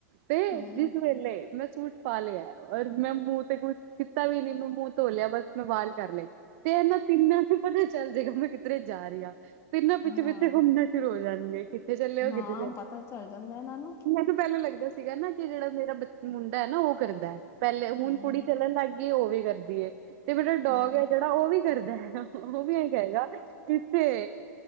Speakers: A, on the right; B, on the left.
A: ਤੇ
B: ਹਮ
A: ਜਿਸ ਵੇਲੇ ਮੈਂ ਸੂਟ ਪਾ ਲਿਆ ਔਰ ਮੈਂ ਮੂੰਹ ਤੇ ਕੁਛ ਕੀਤਾ ਵੀ ਨੀ ਮੈਂ ਮੂੰਹ ਧੋ ਲਿਆ ਬਸ ਮੈਂ ਵਾਲ ਕਰ ਲੇ ਤੇ ਇਹਨਾਂ ਤਿੰਨਾਂ ਨੂੰ ਪਤਾ ਚੱਲ ਜਏਗਾ ਮੈਂ ਕਿਧਰੇ ਜਾ ਰਹੀ ਆਂ ਤ ਨਾ ਪਿੱਛੇ-
B: ਹਾਂ
A: ਪਿੱਛੇ ਘੁੰਮਣਾ ਸ਼ੁਰੂ ਹੋ ਜਾਣਗੇ ਕਿੱਥੇ ਚੱਲੇ ਹੋ
B: ਹਾਂ
A: ਕਿੱਧੇ ਚੱਲ
B: ਪਤਾ ਚੱਲ ਜਾਂਦਾ ਇਹਨਾਂ ਨੂੰ
A: ਮੈਨੂੰ ਪਹਿਲਾਂ ਲੱਗਦਾ ਸੀਗਾ ਨਾ ਕਿ ਜਿਹੜਾ ਮੇਰਾ ਮੁੰਡਾ ਐ ਨਾ ਉਹ ਕਰਦਾ ਐ ਪਹਿਲੇ ਹੁਣ
B: ਹਮ
A: ਕੁੜੀ ਚੱਲਣ ਲੱਗ ਗਈ। ਕੇ ਉਹਵੇ ਕਰਦੀ ਏ। ਤੇ ਮੇਰਾ
B: ਹਾਂ
A: ਡੋਗ ਐ ਜਿਹੜਾ ਉਹ ਵੀ ਕਰਦਾ ਐ ਉਹ ਵੀ ਇਹੀ ਕੇਗਾ ਕਿੱਥੇ।